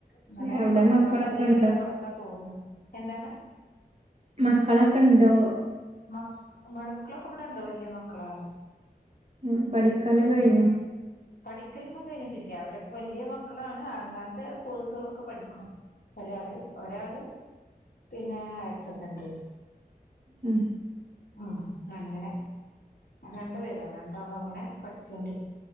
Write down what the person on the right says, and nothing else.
അവിടെ
മക്കളൊക്കെ ഉണ്ടോ
മക്കളൊക്കെണ്ടോ?
ഉം പഠിക്കലൊക്കെ കഴിഞ്ഞോ
ഉം